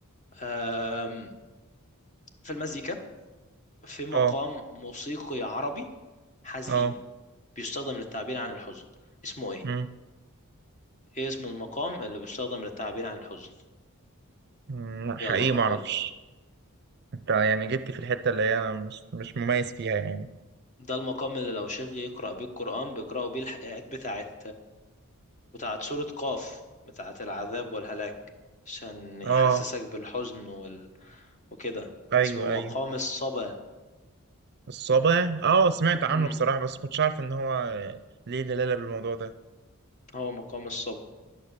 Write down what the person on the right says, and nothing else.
اه
اه
امم
أمم، لا حقيقي
ما
اعرفش انت يعني جبت في الحتة اللي هي أنا مش مش مميز فيها يعني
اه
ايوه
ايوه
الصابع اه سمعت عنه
بصراحة بس كنتش عارف ان هو ليه دلالة بالموضوع ده